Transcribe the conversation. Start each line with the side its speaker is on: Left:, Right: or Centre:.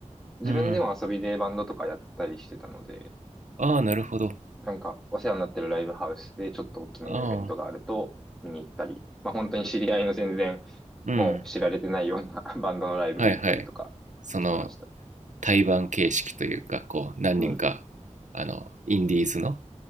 Centre: 自分でも遊びでバンドとかやったりしてたので、
Right: うんああ、なるほど。
Centre: なんかお世話になってるライブハウスでちょっと大きめのイベントがあると見に行ったり、
Right: ああ、
Centre: まあ本当に知り合いの全然
Right: うん。
Centre: もう知られてないような <laughs> バンドのライブ行ったりとかしてました。
Right: はいはい。その、対バン形式というか、こう、何人か、
Centre: うん
Right: あの、インディーズの、